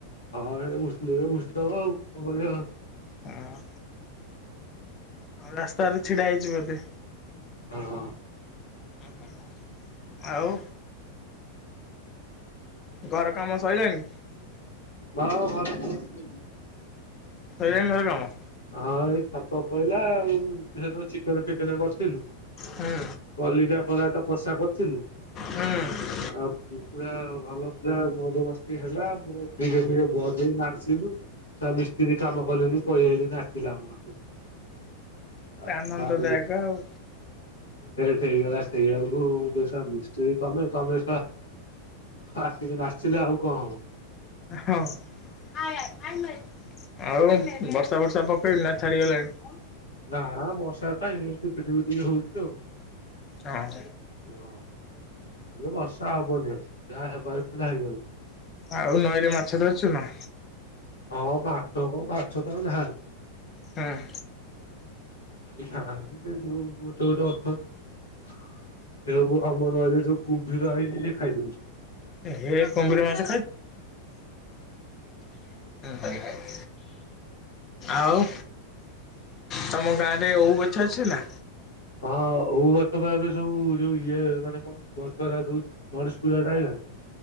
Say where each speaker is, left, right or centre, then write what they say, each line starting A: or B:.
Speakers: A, on the left; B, on the left.
A: ହଁ ହେଟା ଭୁସିଲେ ତ ଭୁସି ଦେବ ଆଉ କଣ କରିବା।
B: ହଁ ଆଉ ରାସ୍ତାରେ ଛିଡ଼ା ହେଇଛୁ ବୋଧେ?
A: ହ ହଁ
B: ଓହୋ ଆଉ? ଘର କାମ ସଇଲାଣି।
A: ହଁ ଘରକାମ ସ
B: ସଇଲାଣି ଘର କାମ।
A: ହଁ ଏଇ ଛାତ ପଇଲା ଆଉ। ହଁ ସେ ଚିକେନ ଫିକେନ କରିଥିଲୁ
B: ହୁଁ
A: କଲିଜା କରାଟ କଷା କରିଥିଲୁ।
B: ହୁଁ
A: ଆ ପୁରା ଭଲ ପୁରା ମୋଜ ମସ୍ତି ହେଲା। ପୁରା ଧୀରେ ଧୀରେ ବଜେଇ ନାଚିଲୁ ସ ମିସ୍ତ୍ରୀ କାମ କଲେନି ପଳେଇଆଇଲେ। ଆସିଥିଲା ଆମ କତିକି
B: ଆନନ୍ଦଦାୟକ ଆଉ।
A: ସେଇଗଲାଛି ସେଇଆକୁସ ମିସ୍ତ୍ରୀ ତମେ ତମେସ ଆସି ଆସିିଲେ ଆଉ କଣ ହବ
B: ହଁ ଆ ଆଉ ବର୍ଷା ବର୍ଷା ପକେଇନି ନା ଛାଡିଗଲାଣି?
A: ନାଁ ବର୍ଷା ଭାଇ ପି ପିଟିକ ହଉଛି ଆଉ
B: ହଁ
A: ଓ ହେଲେ ବର୍ଷା ହବନଉ ଯାହା ହେବ ଏଲଥିଲା ହେଇଗଲା।
B: ଆଉ ନଈରେ ମାଛ ଧରିଛୁ ନା?
A: ହଁ ପାଶ କ ବାଶ ତ ଯହାନ୍ତି।
B: ହଁ
A: <unintelligible> ପ୍ ସେବୁ ଆମ ନହରେ ଯୋଉ କୁମ୍ଭୀର ହେଇଛି ସେ ଖାଇଦଉଛି।
B: ହେ କୁମ୍ଭୀର ମାଛ ହୁଁ <unintelligible> ଆଉ ତମ ଗାଁ ରେ ଏଉ ଗଛ ଅଛି ନା?
A: ହଁ ହଉ ଗଛ ପାଇଁ ଏବେ ସବୁ ଯୋଉ ଇଏ ମାନେ କଣ ଗ ଯୋଉ ଗଣେଶ ପୂଜା ଟା ହେଇଲାଣି?